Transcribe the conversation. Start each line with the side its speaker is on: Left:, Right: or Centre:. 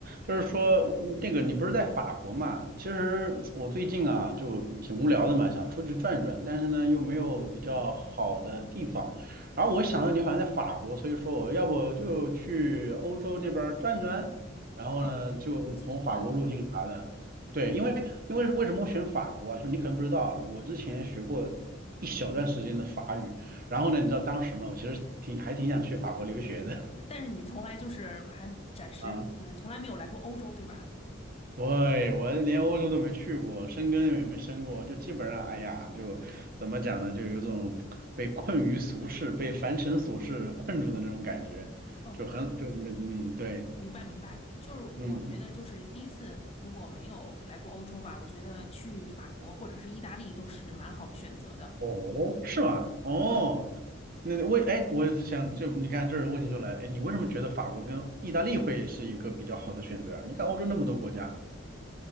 Right: 就是说，那个你不是在法国嘛？其实我最近啊就挺无聊的嘛，想出去转转，但是呢又没有比较好的地方。然后我想到你好像在法国，所以说我要不就去欧洲那边儿转转，然后呢就从法国入境啥的。
Left: 哦，呃，
Right: 对，因为因为是为什么我选法国啊？就是你可能不知道啊，我之前学过一小段时间的法语，然后呢，你知道当时嘛，我其实挺还挺想去法国留学的
Left: 但是你从来就是还暂时呃从来没有来过欧洲，
Right: <laughs> 啊。
Left: 对吧？
Right: 对，我连欧洲都没去过，申根也没申过，就基本上，哎呀，就怎么讲呢，就有种被困于俗世、被凡尘琐事困住的那种感觉，
Left: 哦，
Right: 就很就没嗯对，
Left: 明白明白，就是我觉得就是第一次如果没有来过欧洲吧，
Right: 嗯嗯
Left: 我觉得去法国或者是意大利都是蛮好的选择的。
Right: 哦，
Left: 嗯，
Right: 是吗？哦，
Left: 对，
Right: 那为哎，我想就你看这儿问题就来了，哎，你为什么觉得法国跟意大利会是一个比较好的选择啊？你看欧洲那么多国家，